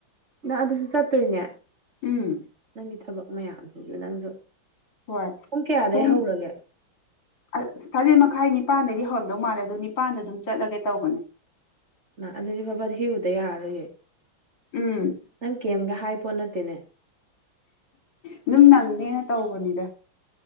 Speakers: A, on the right; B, on the left.
A: ꯅꯪ ꯑꯗꯨꯁꯨ ꯆꯠꯇꯣꯏꯅꯦ
B: ꯎꯝ
A: ꯅꯪꯒꯤ ꯊꯕꯛ ꯃꯌꯥꯝꯁꯤꯁꯨ ꯅꯪꯁꯨ
B: ꯍꯣꯏ
A: ꯀꯌꯥꯗꯩ
B: ꯄꯨꯡ
A: ꯍꯧꯔꯒꯦ
B: ꯑꯁ ꯇꯔꯦꯠ ꯃꯈꯥꯏ ꯅꯤꯄꯥꯟꯗꯒꯤ ꯍꯧꯔꯝꯗꯧ ꯃꯥꯜꯂꯦ ꯑꯗꯨ ꯅꯤꯄꯜꯗ ꯑꯗꯨꯝ ꯆꯠꯂꯒꯦ ꯇꯧꯕꯅꯦ
A: ꯃꯥ ꯑꯗꯨꯗꯤ ꯕꯕꯥ ꯍꯦꯛꯎꯨꯗ ꯌꯥꯔꯔꯣꯏꯌꯦ
B: ꯎꯝ
A: ꯅꯪ ꯀꯦꯝꯒ ꯍꯥꯏ ꯄꯣꯠ ꯅꯠꯇꯦꯅꯦ
B: ꯑꯗꯨꯝ ꯅꯪꯅꯦꯅ ꯇꯧꯕꯅꯤꯗ